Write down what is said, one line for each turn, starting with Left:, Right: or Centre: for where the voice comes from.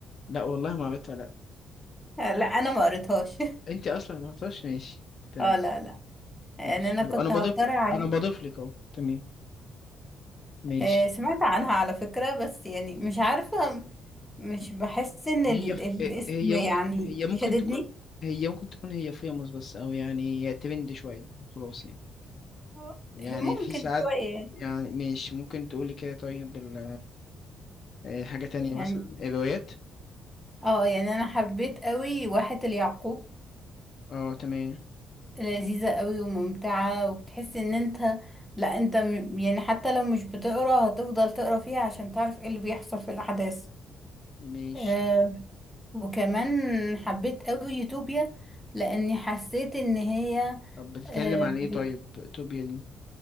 Left: لا والله ما عملتها لا
Centre: آه، لا انا ما قريتهاش
Left: انت اصلا ما عملتهاش ماشي
Centre: <laughs>
Left: تمام
Centre: اه لا لا يعني
Left: ماشي
Centre: انا
Left: حلو
Centre: كنت
Left: انا بضيف
Centre: هقترح عليك
Left: انا بضيف لك اهو تمام ماشي
Centre: آه، سمعت عنها على فكرة بس يعني مش عارفة مش بحس ان ال-
Left: هي ف...
Centre: الاسم
Left: هي
Centre: يعني
Left: ممكن هي ممكن
Centre: شددني
Left: تكون هي ممكن تكون هي فيموس بس او يعني ترند شويه خلاص يعني
Centre: آه،
Left: يعني
Centre: ممكن
Left: في ساعات
Centre: شوية
Left: يعني ماشي ممكن تقولي كده طيب ال... آه، حاجه تانية
Centre: يعني
Left: مثلا الروايات
Centre: اه يعني انا حبيت قوي واحة اليعقوب
Left: اه تمام
Centre: لذيذة قوي وممتعة وبتحس ان انت لا انت م- يعني حتى لو مش بتقرا هتفضل تقرا فيها عشان تعرف ايه اللي بيحصل في الاحداث
Left: ماشي
Centre: آه وكمان حبيت قوي يوتوبيا لاني حسيت ان هي
Left: طب بتتكلم
Centre: آه
Left: عن
Centre: بت-
Left: ايه طيب توبيا دي